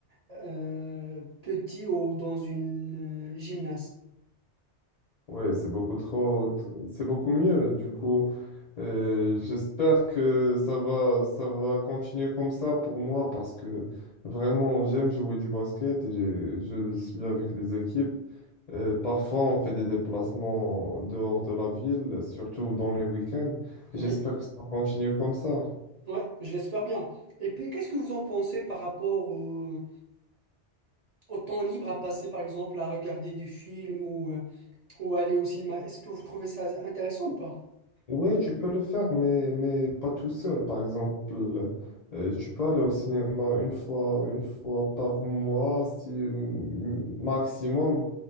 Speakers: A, on the right (about 45°); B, on the left (about 50°).
A: euh, petit ou dans une euh, gymnase.
B: Ouais, c'est beaucoup trop, t- c'est beaucoup mieux. Du coup, Euh, j'espère que ça va, ça va continuer comme ça pour moi parce que vraiment, j'aime jouer du basket et je, je suis avec les équipes. Euh, parfois, on fait des déplacements dehors de la ville, surtout dans les week-ends.
A: Oui,
B: J'espère que ça va continuer comme ça.
A: ouais, je l'espère bien. Et puis, qu'est-ce que vous en pensez par rapport au, au temps libre à passer, par exemple, à regarder des films ou, euh, ou aller au cinéma? Est-ce que vous trouvez ça intéressant ou pas?
B: Ouais, tu peux le faire, mais, mais pas tout seul. Par exemple, euh, tu peux aller au cinéma une fois, une fois par mois, si mm, maximum.